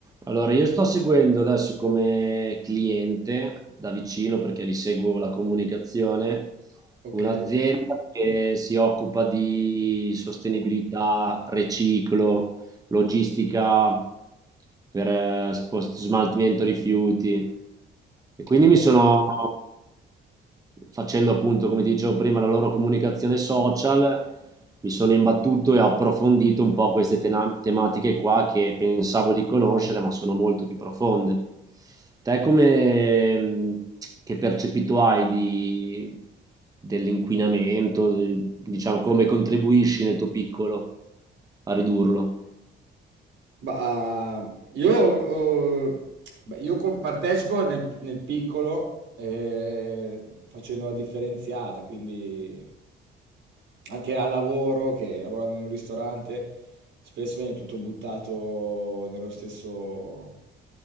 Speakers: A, on the right; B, on the right.
A: Allora, io sto seguendo adesso come cliente da vicino perché li seguo la comunicazione,
B: Ok,
A: un'azienda che si occupa di sostenibilità, riciclo, logistica per eh, spost- smaltimento rifiuti. E quindi
B: ok.
A: mi sono, facendo appunto, come ti dicevo prima, la loro comunicazione social, mi sono imbattuto e ho approfondito un po' queste tena- tematiche qua che pensavo di conoscere, ma sono molto più profonde. Te come, mh, che percepito hai di- dell'inquinamento, de- diciamo, come contribuisci nel tuo piccolo a ridurlo?
B: Ma ah, io, ho- beh, io com- partecipo nel, nel piccolo eh, facendo la differenziata, quindi anche al lavoro, che lavorando in un ristorante, spesso viene tutto buttato nello stesso,